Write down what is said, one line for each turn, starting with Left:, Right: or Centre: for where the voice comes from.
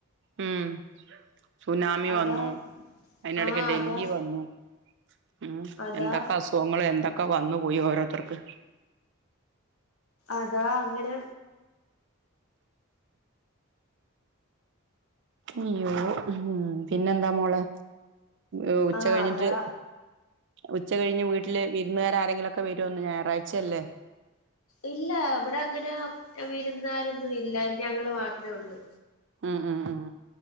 Right: ഉം സുനാമി
Left: അതാ
Right: വന്നു അതിനിടയ്ക്ക്
Left: ആഹ്
Right: ഡെങ്കി
Left: അതാ
Right: വന്നു ഉം
Left: അതാ
Right: എന്തക്ക അസുഖങ്ങള്‌ എന്തക്ക വന്നു പോയി ഓരോത്തർക്ക്
Left: അതാ അങ്ങനെ
Right: അയ്യോ ഉ പിന്നെന്താ മോളെ ഉ ഉച്ച
Left: ആഹ്
Right: കഴിഞ്ഞിട്ട്
Left: അതാ
Right: ഉച്ച കഴിഞ്ഞ് വീട്ടില് വിരുന്നുകാര് ആരെങ്കിലുംക്കെ വരോന്ന് ഞായറാഴ്ചയല്ലേ
Left: ഇല്ല ഇവിടെ അങ്ങനെ വിരുന്നാരൊന്നും ഇല്ല ഞങ്ങള് മാത്രമേ ഉള്ളൂ
Right: ഉം ഉം ഉം